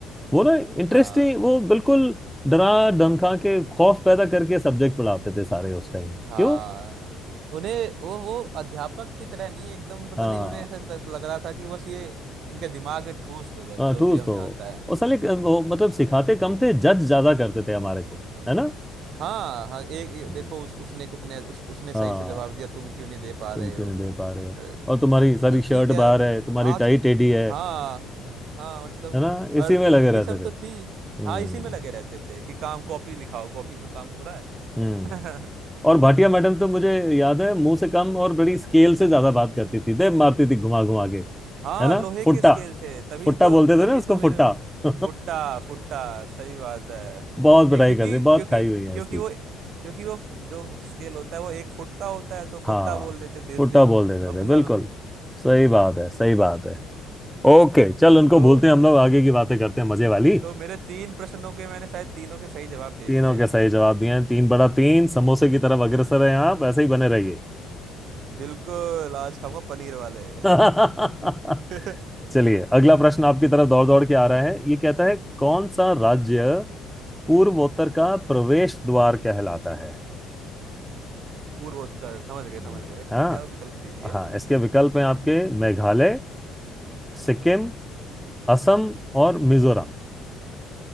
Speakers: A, in the centre; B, on the right.
A: वो ना इंटरेस्टिंग
B: हाँ
A: वो बिल्कुल डरा धमका के खौफ पैदा करके सब्जेक्ट पढ़ाते थे सारे उस टाइम
B: हाँ
A: क्यों
B: उन्हें वो वो अध्यापक की तरह नहीं एकदम पता
A: हाँ
B: नहीं उन्हें ऐसा लग लग रहा था कि बस ये इनके दिमाग में ठूस दो बस
A: हाँ
B: जो
A: टूल्स
B: भी हमें
A: तो
B: आता है
A: और साले वो मतलब सिखाते कम थे जज ज्यादा करते थे हमारे को है ना
B: हाँ हाँ एक एक-
A: हम्म,
B: देखो उस उसने कितने उस, उसने सही
A: हाँ
B: से जवाब दिया तुम क्यों नहीं दे पा
A: तुम
B: रहे
A: क्यों
B: हो
A: नहीं दे पा रहे हो
B: अरे,
A: और तुम्हारी
B: मतलब
A: सारी शर्ट
B: ठीक है
A: बाहर
B: अब
A: है तुम्हारी
B: आज
A: टाई टेढ़ी है
B: हाँ हाँ मतलब
A: है ना
B: और
A: इसी में लगे
B: ये
A: रहते
B: सब तो
A: थे
B: थी
A: हम्म
B: हाँ इसी में लगे रहते थे कि काम कॉपी दिखाओ कॉपी पे काम पूरा है
A: हम्म
B: <laughs>
A: और भाटिया मैडम तो मुझे याद है मुंह से कम और बड़ी स्केल से ज्यादा बात करती थी दे मारती थी घुमा घुमा के
B: हाँ
A: है ना
B: लोहे
A: फुट्टा
B: के स्केल से तभी
A: फुट्टा
B: तो
A: बोलते
B: तभी
A: थे ना उसको
B: तो मेरे
A: फुट्टा <laughs>
B: फुट्टा फुट्टा सही बात है
A: बहुत पिटाई
B: ये क्योंकि
A: करती बहुत
B: क्योंकि
A: खाई हुई है
B: क्योंकि
A: इसकी
B: वो क्योंकि वो जो स्केल होता है वो एक फुट का होता है तो फुट्टा
A: हाँ
B: बोल देते देसी
A: फुट्टा बोल देते
B: अपना
A: थे बिल्कुल सही बात है सही बात है
B: <laughs>
A: ओके चल उनको
B: तो
A: भूलते हैं हम लोग आगे की बातें करते हैं मजे वाली
B: तो मेरे तीन प्रश्नों के मैंने शायद तीनों के सही जवाब दे
A: तीनों
B: दिए हैं।
A: के सही जवाब दिए हैं तीन बड़ा तीन समोसे की तरफ अग्रसर हैं आप ऐसे ही बने रहिए
B: बिल्कुल आज खाऊंगा पनीर वाले <laughs>
A: <laughs> चलिए अगला प्रश्न आपकी तरफ दौड़ दौड़ के आ रहा है ये कहता है कौन सा राज्य पूर्वोत्तर का प्रवेश द्वार कहलाता है
B: पूर्वोत्तर समझ गए
A: हम्म,
B: समझ गए
A: हाँ
B: ठीक है और विकल्प दीजिए
A: हाँ इसके विकल्प हैं आपके मेघालय सिक्किम असम और मिजोरम